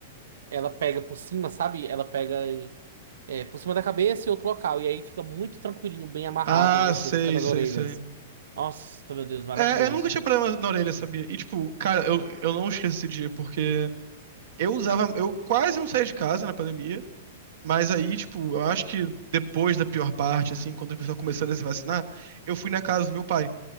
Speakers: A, on the right (about 80°); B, on the right (about 55°).
A: Ela pega por cima, sabe? Ela pega e- é, por cima da cabeça e outro local. E aí fica muito tranquilinho, bem amarrado
B: Ah,
A: em você,
B: sei,
A: não fica nas
B: sei,
A: orelhas.
B: sei.
A: Nossa, meu Deus, maravilhoso.
B: É, eu nunca tinha problema na orelha, sabia? E tipo, cara, eu, eu não esqueço esse dia, porque eu usava. Eu quase não saía de casa na pandemia. Mas aí, tipo, eu acho que depois da pior parte, assim, quando as pessoas começaram a se vacinar, eu fui na casa do meu pai.